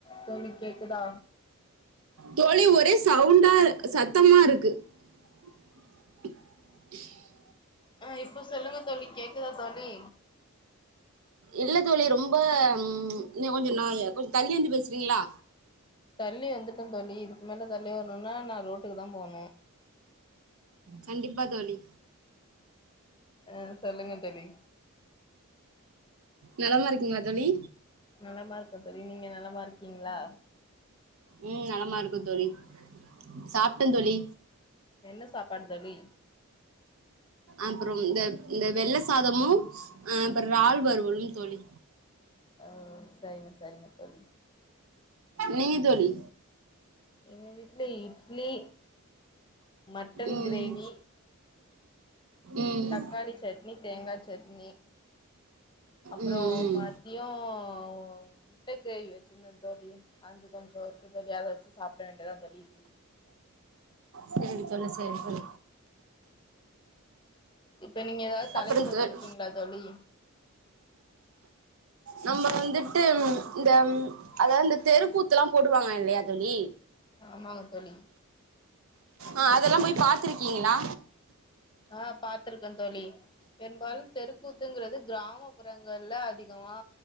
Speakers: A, on the left; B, on the right.
A: தோழி கேக்குதா
B: தோழி ஒரே சவுண்டா சத்தமா இருக்கு <unintelligible>
A: ஆஹ இப்ப சொல்லுங்க தோலி கேக்குதா தோலி
B: இல்ல தோழி ரொம்ப நீ கொஞ்சோ நாயே கொஞ்சோ தள்ளி வந்து பேசுறீங்களா
A: தள்ளி வந்துட்ட தோழி இதுக்கு மேல தள்ளி வரணும்னா நா ரோட்டுக்கு தா போனு
B: கண்டிப்பா தோழி
A: அஹ சொல்லுங்க தோழி
B: நலமா இருக்கீங்களா தோழி
A: நலமா இருக்க தோழி நீங்க நலமா ருக்கீங்களா
B: உம் நலமா இருக்கோ தோழி சாப்ட்டன் தோழி
A: என்ன சாப்பாடு தோழி
B: அப்புறம் இந்த இந்த வெள்ள சாதமும் அஹ் அப்புறம் றால் வருவல் தோழி
A: ஆஹ் சரிங்க சரிங்க தோழி
B: நீங்க தோழி
A: எங்க வீட்ல இட்லி மட்டன்
B: ம்
A: கிரேவி
B: ம்
A: தக்காளி சட்னி தேங்கா சட்னி அப்புறம்
B: ம் ம்.
A: மதியம் முட்ட கிரேவி வச்சிருந்த தோழி அந்து கொஞ்சம் ருக்கு கலியாக வச்சு சாப்ட வேண்டியதான் தோழி
B: சரி தோழி சரி தோழி
A: இப்ப நீங்க எதாவது தலைப்பு
B: அப்புறம்
A: வெச்சிருக்கீங்களா
B: தோ-
A: தோழி
B: நம்ம வந்துட்டு ம் இந்த ம்ம் அதாவது இந்த தெருக்கூத்துலாம் போடுவாங்க இல்லையா தோழி
A: ஆமாங்க தோழி
B: ஆஹ் அதெல்லாம் போய் பாத்துருக்கீங்களா
A: ஆஹ் பாார்த்திருக்கேன் தோழி பெரும்பாலும் தெருக்கூத்துங்கறது கிராமப்புறங்கள்ல அதிகமா